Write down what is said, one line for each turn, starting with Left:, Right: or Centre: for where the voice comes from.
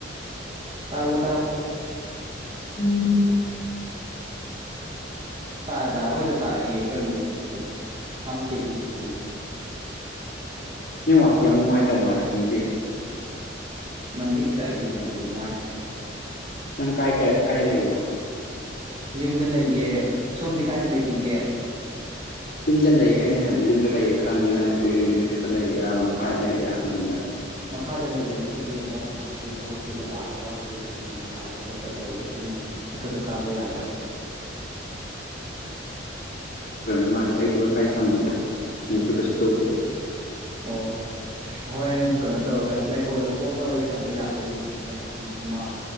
Right: ꯇꯥꯔꯕꯣ ꯇꯥꯔꯕꯣ
Left: ꯎꯝ
Right: ꯇꯥꯔꯦ ꯇꯥꯔꯦ ꯍꯨꯢꯇ ꯇꯥꯔꯛꯏꯌꯦ ꯀꯩꯅꯗꯣꯏꯁꯤꯕꯣ ꯁꯨꯛꯌꯥꯝ ꯊꯦꯡꯉꯤꯁꯤꯕꯣ
Left: ꯅꯦꯠꯋꯥꯛꯇꯨ ꯌꯥꯝ ꯅꯨꯡꯉꯥꯏꯇꯕ ꯃꯥꯂ ꯈꯪꯗꯦ
Right: ꯅꯪꯒꯤꯁꯤꯗ ꯑꯩꯒꯤꯁꯤꯗꯗꯤ ꯅꯨꯡꯉꯥꯏꯇ꯭ꯔꯦ
Left: ꯅꯪ ꯀꯥꯏ ꯀꯌꯥ ꯀꯥꯏ ꯂꯩꯅ
Right: ꯌꯨꯝꯗ ꯂꯩꯌꯦ ꯁꯣꯝꯗꯤ ꯀꯥꯏꯗ ꯂꯩꯕꯤꯒꯦ
Left: ꯌꯨꯝꯗ ꯂꯩꯌꯦ ꯑꯩꯅ ꯍꯥꯏꯕꯗꯤ ꯌꯨꯝꯗ ꯂꯩꯌꯦ ꯈꯪꯉꯦ ꯅꯪꯗꯣ ꯌꯨꯝꯗ ꯃꯊꯛꯇ ꯂꯩꯔꯤꯔꯥ ꯃꯈꯥꯗ ꯂꯩꯔꯤꯔꯥ ꯍꯪꯕꯅꯤꯅ
Right: ꯃꯈꯥꯗ ꯂꯩꯌꯦ ꯃꯊꯛꯇꯤ ꯑꯃꯨꯛ ꯍꯧꯖꯤꯛ ꯊꯕꯛ ꯁꯨꯕ ꯂꯥꯛꯑꯒ ꯍꯧꯖꯤꯛ ꯀꯩ ꯀꯩꯅꯣ ꯁꯥꯕ ꯈꯣꯠꯄ ꯇꯧꯔꯤ ꯑꯗꯨꯅ ꯃꯊꯛꯇ ꯀꯥꯕ ꯌꯥꯗ꯭ꯔꯕ
Left: ꯃꯥꯂꯦ ꯑꯩꯗꯤ ꯋꯥꯏ ꯐꯥꯏ ꯁꯝꯕꯅꯤꯅ ꯅꯦꯠꯇꯨ ꯀꯩꯁꯨ ꯇꯧꯗꯦꯕ
Right: ꯑꯣ ꯍꯣꯏ ꯀꯩꯅꯣ ꯇꯧꯔꯒꯦ ꯂꯩꯥꯏꯀꯣꯜꯗ ꯊꯣꯛꯑꯒ ꯋꯥꯔꯤ ꯁꯥꯟꯅꯕ ꯌꯥꯕ꯭ꯔꯥ ꯌꯦꯡꯁꯦ ꯍꯣꯔꯦꯟ ꯉꯥꯛꯇꯪ ꯑꯃ